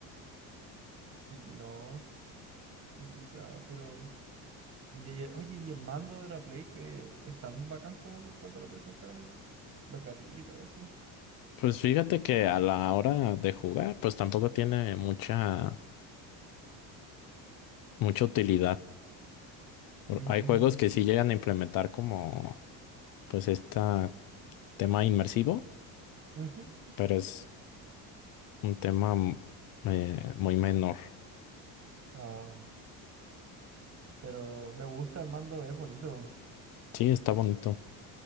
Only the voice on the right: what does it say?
Así que no, complicado, pero... y- y- oye, ¿y el mando de la Play que es tan bacán como lo, cuando lo presentaron? eso? Los gatillos y todo eso.
Mm,
ujú.
Ah, pero me gusta el mando, es bonito.